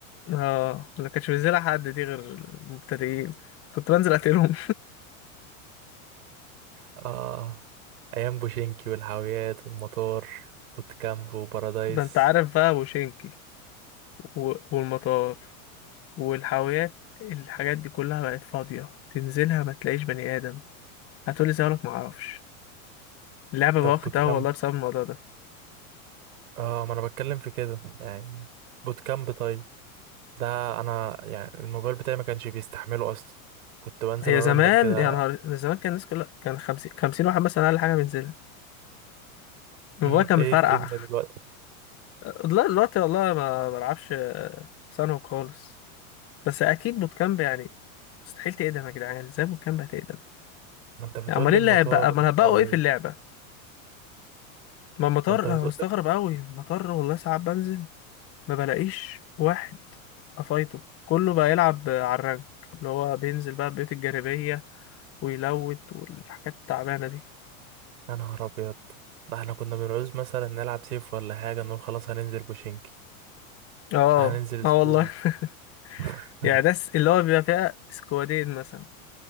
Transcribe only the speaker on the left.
اه ما كانش بينزلها حد دي غير المبتدئين كنت بنزل اقتلهم
<laughs> ده انت عارف بقى وشينكي و- والمطار والحاويات الحاجات دي كلها بقت فاضية تنزلها ما تلاقيش بني آدم هتقولي زي ما معرفش اللعبة
بقى واخد
قهوة والله بسبب الموضوع ده
هي
زمان
يا نهار زمان كان الناس كلها كان خمسين خمسين واحد مثلا أقل حاجة بينزلها الموبايل
كان
بيفرقع
<laughs> لا دلوقتي والله ما بلعبش آه، ثانوي خالص بس أكيد بوت كامب يعني مستحيل تقدم يا جدعان ازاي بوت كامب هتقدم
يعني أمال
ايه
اللعب بقى أمال
هبقوا ايه في اللعبة ما المطار
أنا مستغرب أوي المطار والله ساعات بنزل ما بلاقيش واحد أفايته كله بقى يلعب آه، على الرانك اللي هو بينزل بقى البيوت الجانبية ويلوت والحاجات التعبانة دي
اه
اه
والله <laughs>
يعني ناس اللي هو بيبقى فيها سكوادين مثلا